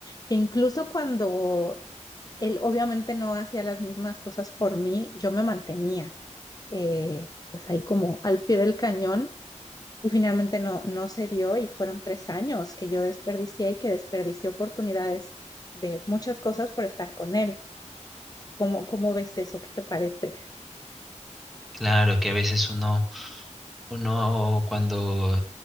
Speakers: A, on the left (about 30°); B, in the centre.
A: que incluso cuando él obviamente no hacía las mismas cosas por mí, yo me mantenía eh, pues ahí como al pie del cañón y finalmente no, no se dio y fueron tres años que yo desperdicié y que desperdicié oportunidades de muchas cosas por estar con él. ¿Cómo, cómo ves eso? ¿Qué te parece?
B: Claro que a veces uno, uno cuando,